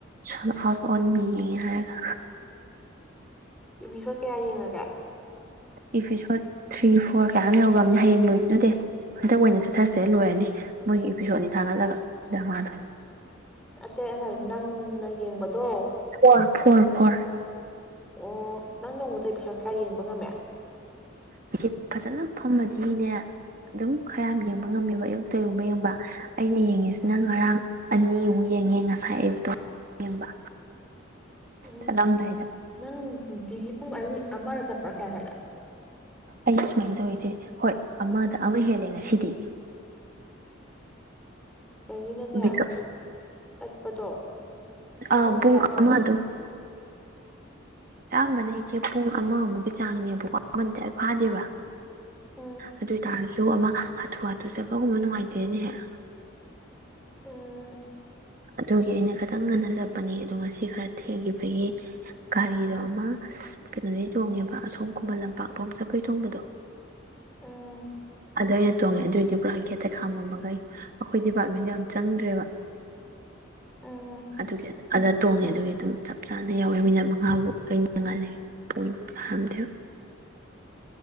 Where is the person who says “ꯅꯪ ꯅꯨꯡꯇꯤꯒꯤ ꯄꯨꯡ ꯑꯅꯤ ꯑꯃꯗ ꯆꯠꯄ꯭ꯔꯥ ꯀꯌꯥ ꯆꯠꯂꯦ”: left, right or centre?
Centre